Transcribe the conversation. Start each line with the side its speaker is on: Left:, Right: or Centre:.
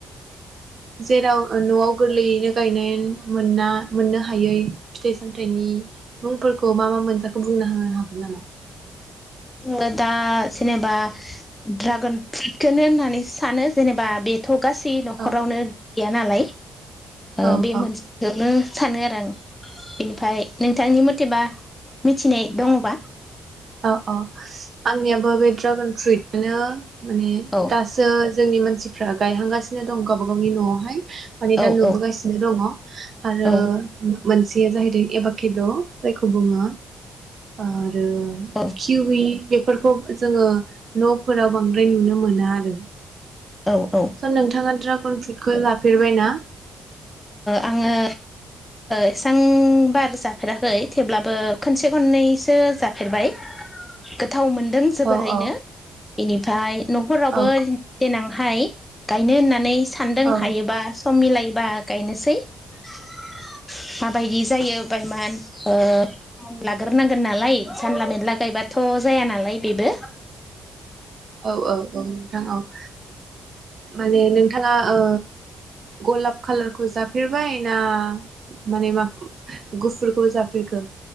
Right: जेराव न'आव गोरलैयैनो गायनाय मोनना मोननो हायै फिथाइ सामथायाइनि मुंफोरखौ मा मा मोनजाखौ बुंना होनो हागोन नामा
Left: आङो दा जेनेबा ड्रागन फ्रुइटखौनो होननानै सानो जेनेबा बेथ' गासै न'खरावनो
Right: औ
Left: गैया नालाय ओ
Right: औ
Left: बे
Right: औ
Left: मोनसेखौनो सानो आरो आं बेनिफ्राय नोंथांनि मथेबा मिथिनाय दङबा
Right: औ औ आंनियाबो बे ड्रागन फ्रुइट बिदिनो माने
Left: औ
Right: दासो जोंनि मानसिफ्रा गायहांगासिनो दं गावबा गावनि न'आवहाय। माने
Left: औ
Right: दा नुबोगासिनो
Left: औ
Right: दङ आरो
Left: औ
Right: मोनसेया जाहैदों एबाखे द' जायखौ बुङो । ओ आरो
Left: औ
Right: किउयि बेफोरखौ जोङो न'फोराव बांद्राय नुनो मोना आरो ।
Left: औ ओ
Right: स' नोंथाङा द्रा फ्रुइटखौ जाफेरबायना?
Left: आंङो एसेबां बार जाफेराखै थेवब्लाबो खनसे खननैसो जाफेरबाय‌ । गोथाव मोनदों जोबोरैनो
Right: औ औ
Left: बेनि ओमफ्राय न'खरावबो
Right: औ
Left: देनां हाय गायनो होननानै सान्दों
Right: औ
Left: हायोबा सम मिलायबा । गायनोसै । माबायदि जायो बाहायमान ओ लाग्रोनांगोन नालाय जानला मेनला गायबाथ' जाया नालाय बेबो ।
Right: औ औ। औ नोंथां औ । माने नोंथांङा ओ गलाब कालारखौ जाफेरबाय ना माने मा गुफुरखौ जाफेरखो?